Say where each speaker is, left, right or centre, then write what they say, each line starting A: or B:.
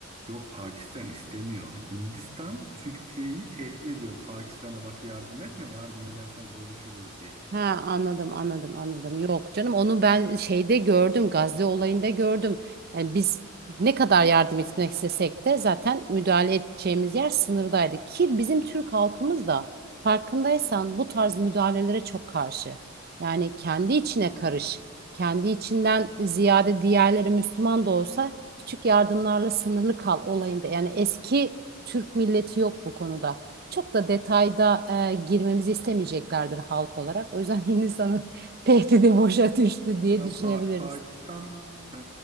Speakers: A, on the right (about 30°); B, on the right (about 45°).
A: yok Pakistan istemiyor. Hindistan Türkiye'yi tehdit ediyor. Pakistan'a bak yardım etme, yardım edersen bozuşuruz diye.
B: Ha anladım anladım anladım. Yok canım onu ben şeyde gördüm Gazze olayında gördüm. Yani biz ne kadar yardım etmek istesek de zaten müdahale edeceğimiz yer sınırdaydı. Ki bizim Türk halkımız da farkındaysan bu tarz müdahalelere çok karşı. Yani kendi içine karış. Kendi içinden ziyade diğerleri Müslüman da olsa küçük yardımlarla sınırlı kal olayında. Yani eski Türk milleti yok bu konuda çok da detayda e, girmemizi istemeyeceklerdir halk olarak. O yüzden Hindistan'ın <laughs> tehdidi boşa düştü diye
A: Ya
B: düşünebiliriz.
A: Pa- Pakistan e,